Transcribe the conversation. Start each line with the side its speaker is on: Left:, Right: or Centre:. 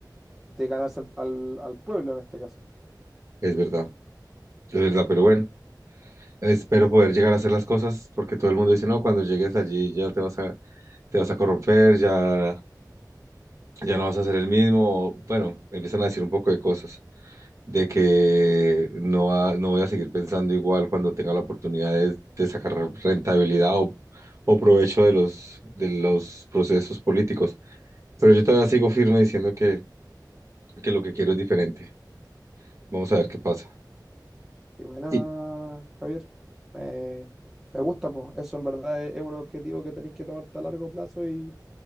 Centre: de ganarse al, al al pueblo en este caso.
Right: Es verdad, es verdad, pero bueno, espero
Centre: Sí,
Right: poder llegar a hacer las cosas porque todo el mundo dice, no, cuando llegues allí ya te vas a, te vas a corromper, ya, ya no vas a ser el mismo. Bueno, empiezan a decir un poco de cosas. de que no, va- no voy a seguir pensando igual cuando tenga la oportunidad de, de sacar rentabilidad o, o provecho de los, de los procesos políticos. Pero yo todavía sigo firme diciendo que, que lo que quiero es diferente. Vamos a ver qué pasa.
Centre: Qué buena,
Right: Y,
Centre: Javier. Me, me gusta, pues. Eso en verdad es, es un objetivo que tenéis que tomarte a largo plazo y,